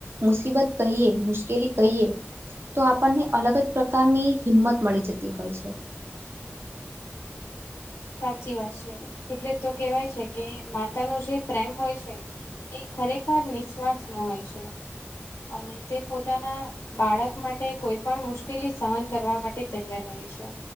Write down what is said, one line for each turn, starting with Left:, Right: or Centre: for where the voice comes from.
Right: મુસીબત કહીએ મુશ્કેલી કહીએ તો આપણને અલગ જ પ્રકારની હિંમત મળી જતી હોય છે
Left: <inaudible> સાચી વાત છે એટલે તો કેવાય છે કે માતાનો જે પ્રેમ હોય છે એ ખરેખર નિસ્વાર્થનો હોય છે અને તે પોતાના બાળક માટે કોઈ પણ મુશ્કેલી સહન કરવા માટે તૈયાર રહે છે